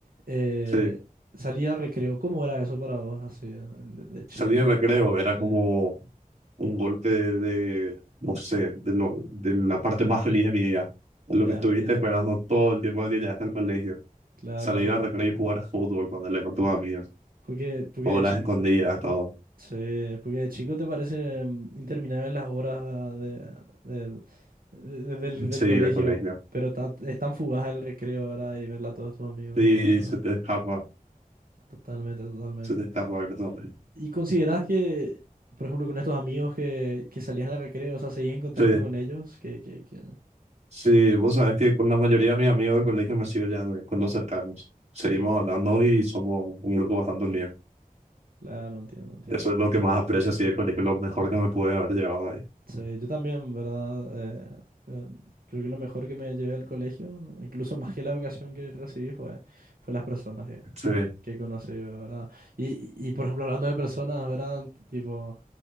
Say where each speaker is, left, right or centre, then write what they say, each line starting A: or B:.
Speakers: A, on the right (about 75°); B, on the right (about 50°).
A: Eh,
B: sí.
A: salía recreo, ¿cómo era eso para vos, así, de, de
B: Salir
A: chico?
B: de
A: que-
B: recreo era
A: Sí,
B: como un golpe de, de, no sé, de, lo, de la parte más feliz de mi día. Lo
A: ya
B: que estuviste
A: entiendo.
B: esperando todo el tiempo que llegaste al colegio.
A: Claro.
B: Salir a recrear y jugar fútbol con el con tus amigos.
A: Porque, porque
B: O
A: de
B: las
A: chico.
B: escondidas, todo.
A: Sí, porque de chico te parecen interminables las horas ah, de, ah, del de- del- del
B: Sí,
A: colegio,
B: el colegio.
A: pero ta- es tan fugaz el recreo, ¿verdad? Y verla a todos tus amigos,
B: Sí,
A: ¿verdad?
B: se te escapa.
A: Totalmente, totalmente.
B: Se te escapa algo todo.
A: ¿Y consideras que, por ejemplo, con estos amigos que, que salían al recreo, o sea, seguís en contacto
B: Sí,
A: con ellos? Que, que, que,
B: sí, vos sabés que con la mayoría de mis amigos del colegio me sigo ya con los cercanos. Seguimos
A: que-
B: hablando y somos un grupo bastante unido.
A: claro, entiendo, entiendo.
B: Eso es lo que más aprecio, sí, el colegio, lo mejor que me pude haber llevado ahí.
A: Sí, yo también, ¿verdad? Eh, eh, creo que lo mejor que me llevé del colegio, incluso <laughs> más que la educación que recibí, fue, fue las personas.
B: Sí,
A: que conocí, ¿verdad? Y, y por ejemplo, hablando de personas, ¿verdad? Tipo,